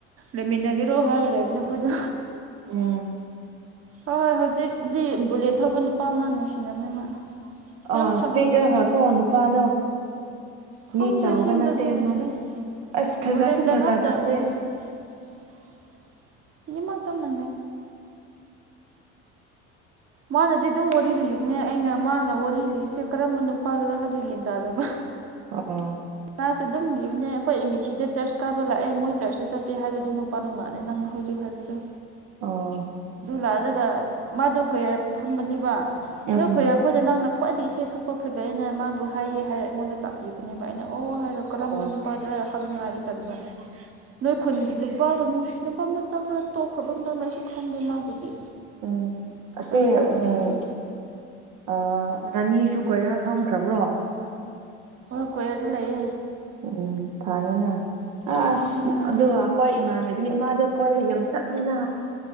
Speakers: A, on the right (about 45°); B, on the right (about 70°).
A: ꯂꯩꯃꯤꯟꯅꯒꯦꯔꯣ ꯍꯥꯏꯔꯒ ꯂꯩꯕꯅꯤꯅ ꯑꯩꯈꯣꯏꯗ
B: ꯎꯝ
A: ꯍꯣꯏ ꯍꯣꯏ ꯍꯧꯖꯤꯛꯇꯤ ꯕꯨꯂꯦꯠ ꯊꯧꯕ ꯅꯨꯄꯥ ꯑꯃ ꯅꯨꯡꯁꯤꯅꯕꯅꯦ ꯃꯥ ꯌꯥꯝ
B: ꯑ
A: ꯊꯥꯒꯠꯄꯅꯦ
B: ꯄꯦꯀꯔꯒ ꯀꯣ ꯅꯨꯄꯥꯗ
A: ꯈꯪꯗꯦ
B: ꯃꯤ ꯆꯥꯎꯕ
A: ꯑꯁꯦꯡꯕꯗꯤ
B: ꯅꯠꯇꯦ ꯃꯪ
A: ꯎꯗꯦ
B: ꯑꯁ ꯐꯖꯁꯨ
A: ꯕꯨꯂꯦꯠꯇ
B: ꯐꯖꯗꯕꯅꯦ
A: ꯉꯥꯛꯇ ꯎꯋꯦ <inaudible> ꯃꯣ ꯁꯅ ꯃꯥꯅꯗꯤ ꯑꯗꯨꯝ ꯋꯥꯔꯤ ꯂꯤꯕꯅꯦ ꯑꯩꯅ ꯃꯥꯅ ꯋꯥꯔꯤ ꯂꯤꯕꯁꯦ ꯀꯔꯝꯕ ꯅꯨꯄꯥꯒꯔꯥ ꯍꯥꯏꯗꯨ ꯌꯦꯟ ꯇꯗꯕ
B: ꯑ
A: ꯃꯥꯁꯦ ꯑꯗꯨꯝ ꯂꯤꯕꯅꯦ ꯑꯩꯈꯣꯏ ꯑꯦꯝ ꯕꯤ ꯁꯤꯗ ꯆꯔꯆ ꯀꯥꯕ ꯂꯥꯛꯑꯦ ꯃꯣꯏ ꯆꯔꯆ ꯆ ꯆꯠꯇꯦ ꯍꯥꯏꯕꯗꯨ ꯑꯗꯨ ꯅꯨꯄꯥꯗꯨ ꯃꯥꯜꯂꯦ ꯅꯪ ꯍꯧꯖꯤꯛ ꯍꯥꯏ ꯇꯔꯗ
B: ꯑꯣ
A: ꯂꯥꯜꯂꯒ ꯃꯥꯗꯣ ꯈꯣꯏꯌꯥꯔ ꯐꯝꯕꯅꯤꯕ
B: ꯎꯝ
A: ꯅꯣꯏ ꯈꯣꯏꯌꯥꯔꯈꯣꯏꯗ ꯅꯪꯅ ꯈ꯭ꯋꯥꯏꯗꯒꯤ ꯏꯁꯩ ꯁꯛꯄ ꯐꯖꯩꯑꯅ ꯃꯥꯕꯨ ꯍꯥꯏꯌꯦ ꯍꯥꯏꯔ ꯑꯩꯉꯣꯟꯗ ꯇꯥꯛꯄꯤꯕꯅꯦꯕ ꯑꯩꯅ ꯑꯣ ꯍꯥꯏꯔꯣ ꯀꯔꯝꯕ
B: ꯑꯣ
A: ꯅꯨꯄꯥꯗꯨ ꯍꯪꯅꯤꯉꯥꯏꯗꯤ ꯇꯟꯕ ꯅꯣꯏ ꯈꯨꯟꯒꯤ ꯅꯨꯄꯥꯒ ꯅꯨꯡꯁꯤꯅꯕ ꯃꯇꯝꯔꯥ ꯇꯣꯛꯈ꯭ꯔꯕ ꯃꯇꯝꯔ ꯑꯩꯁꯨ ꯈꯪꯗꯦ ꯃꯥꯕꯨꯗꯤ
B: ꯎꯝ
A: ꯐꯖꯅꯗꯤ
B: ꯑꯁꯤꯁ
A: ꯍꯪꯗꯦꯅꯦ
B: ꯎꯝ ꯑ ꯔꯥꯅꯤꯁꯨ ꯀꯣꯏꯔꯔ ꯐꯝꯈ꯭ꯔꯕ꯭ꯔꯣ
A: ꯍ ꯀꯣꯏ ꯂꯩ
B: ꯎꯝ ꯐꯥꯏꯅ ꯑ ꯑꯁ
A: ꯎꯝ
B: ꯑꯗꯨꯒ ꯍꯈꯣꯏ ꯏꯃꯥꯟꯅ ꯕꯤꯃꯗꯣ ꯀꯣꯏꯕ ꯌꯥꯝ ꯆꯠꯅꯤꯅ